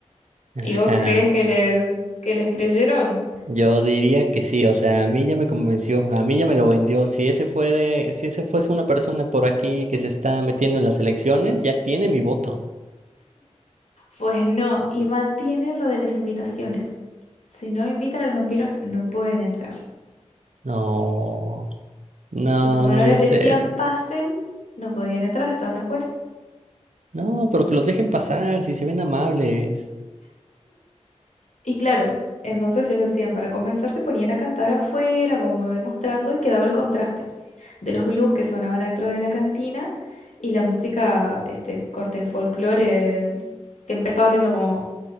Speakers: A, on the right; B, on the left.
A: ajá.
B: ¿Y vos crees que les, que les creyeron?
A: Yo diría que sí, o sea, a mí ya me convenció, a mí ya me lo vendió. Si ese fuere, si ese fuese una persona por aquí que se está metiendo en las elecciones, ya tiene mi voto.
B: Pues no, y mantienen lo de las invitaciones. Si no invitan a los vampiros, no pueden entrar.
A: No, no,
B: Y como
A: no
B: no
A: me
B: les
A: digas
B: decían
A: eso.
B: pasen, no podían entrar, estaban afuera.
A: No, pero que los dejen pasar, si se ven amables.
B: Y claro, entonces ellos hacían, para compensar, se ponían a cantar afuera, como me voy mostrando, y quedaba el contraste de los blues que sonaban dentro de la cantina y la música, este, corte de folclore, que empezaba siendo como